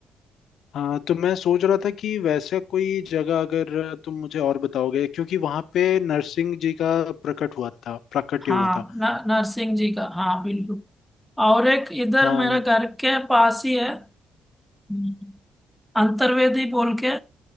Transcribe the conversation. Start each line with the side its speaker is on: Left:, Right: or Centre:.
Left: हाँ तो मैं सोच रहा था कि वैसा कोई जगह अगर तुम मुझे और बताओगे क्योंकि वहां पे नरसिंह जी का प्रकट हुआ था प्राकट्य
Centre: हाँ
Left: हुआ था
Centre: न, नरसिंह जी का हाँ बिल्कुल और एक इधर
Left: हाँ
Centre: मेरे घर के पास ही है हम्म, अंतर्वेदी बोल के